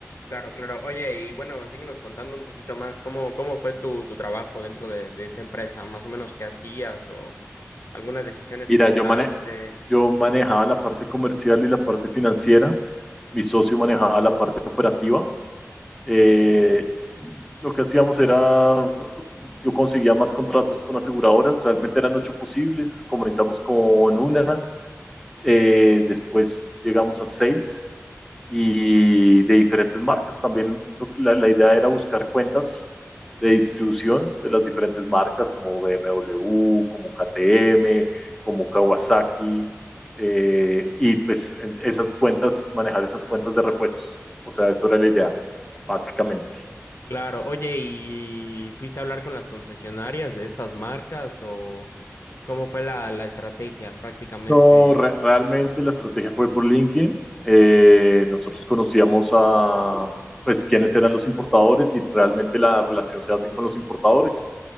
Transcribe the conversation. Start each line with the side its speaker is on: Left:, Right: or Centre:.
Left: Claro, claro. Oye, y bueno, síguenos contando un poquito más cómo, cómo fue tu, tu trabajo dentro de, de esta empresa, más o menos qué hacías o algunas decisiones
Centre: Mira,
Left: que tomaste.
Centre: yo, mane yo manejaba la parte comercial y la parte financiera, mi socio manejaba la parte operativa. Eh, lo que hacíamos era, yo conseguía más contratos con aseguradoras, realmente eran ocho posibles, comenzamos con una, eh, después llegamos a seis y de diferentes marcas. También lo que- la, la idea era buscar cuentas de distribución de las diferentes marcas como BMW, como KTM, como Kawasaki, eh, y pues en- esas cuentas, manejar esas cuentas de repuestos. O sea, eso era la idea, básicamente.
Left: Claro, oye, ¿y fuiste a hablar con las concesionarias de estas marcas o cómo fue la, la estrategia prácticamente?
Centre: No, re- realmente la estrategia fue por LinkedIn. Eh, nosotros conocíamos a, pues, quiénes eran los importadores y realmente la relación se hacen con los importadores.